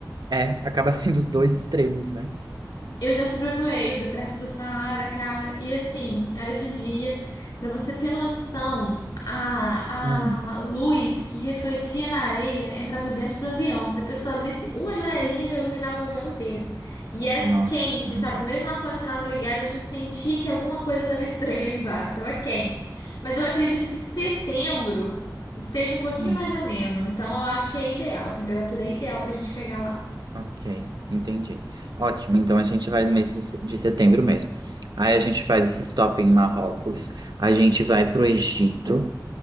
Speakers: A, on the right (about 65°); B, on the left (about 75°).
A: é, acaba <laughs> sendo os dois extremos, né?
B: Eu já sobrevoei o deserto do Saara, cara, e assim, era de dia. Pra você ter noção, a,
A: Hum.
B: a luz que refletia na areia entrava dentro do avião. Se a pessoa abrisse uma janelinha, já iluminava o avião inteiro. E era
A: Nossa,
B: quente,
A: imagina.
B: sabe? Mesmo o ar-condicionado ligado, a gente sentia que alguma coisa estava estranha ali embaixo, estava quente. Mas eu acredito que setembro esteja um pouquinho
A: Hum.
B: mais ameno. Então eu acho que é ideal, a temperatura é ideal pra gente pegar lá.
A: Ok, entendi. Ótimo, então a gente vai no mês de se- de setembro mesmo. Aí a gente faz esse stop em Marrocos, a gente vai para o Egito